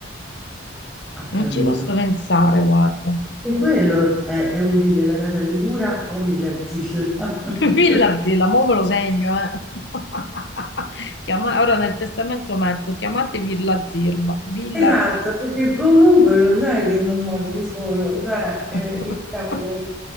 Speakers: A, in the centre; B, on the left.
A: Ho capito.
B: non ci posso pensare, guarda.
A: E quello è, è utile la casa di cura o Villarzilla.
B: <laughs>
A: <laughs>
B: Pillardi, la mo me lo segno, eh. <laughs> Chiama- Ora nel testamento metto, chiamate Villa Zirba, Villa
A: Esatto,
B: Zirba.
A: perché comunque lo sai che non muori solo, cioè,
B: <laughs>
A: eh, che cavolo,